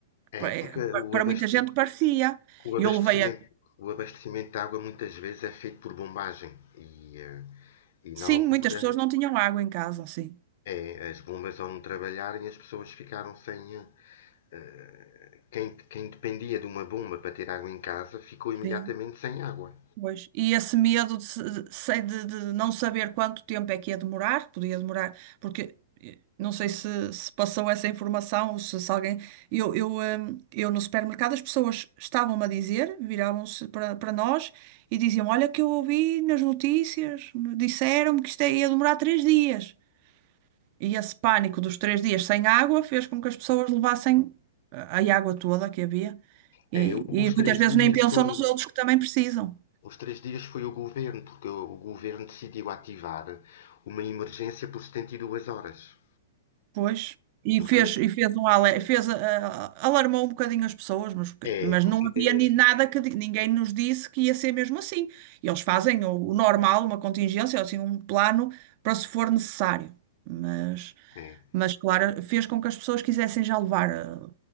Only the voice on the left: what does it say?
É
porque
o
abastecimento,
o
abastecimento,
o abastecimento de água muitas vezes é feito por bombagem. E, eh, e
na altura
é, as bombas ao não trabalharem as pessoas ficaram sem. eh, eh, quem, quem dependia de uma bomba para ter água em casa ficou imediatamente
sem água.
É,
os
três
dias
foi,
Os três dias foi o governo, porque o governo decidiu ativar uma emergência por 72 horas.
Porque
é,
porque
é,
é,